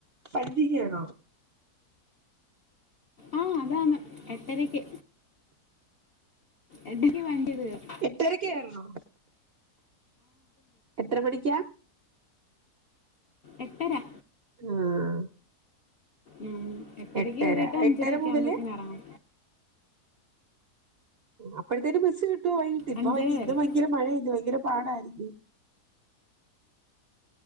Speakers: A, on the right; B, on the left.
A: പഞ്ചികണോ
B: ആഹ് അതാണ് എട്ടരക്ക് എട്ടരക്ക് വണ്ടി വരും
A: എട്ടരക്ക് കയറണോ എത്ര മണിക്കാ
B: എട്ടര
A: ആഹ്
B: ഉം എട്ടരക്ക്
A: എട്ടര
B: കയറിട്ട് അഞ്ചര
A: എട്ടര
B: ഒക്കെ
A: മുതല്
B: ആവുമ്പോഴത്തിന് അറങ്ങും
A: അപ്പോഴത്തെന് ബസ്സ് കിട്ടോ വൈങ്ങീട്ട് ഇപ്പ
B: അഞ്ചര
A: ഇന്നും
B: വരെ
A: ഭയങ്കര മഴയല്ലേ ഭയങ്കര പാടായിരിക്കും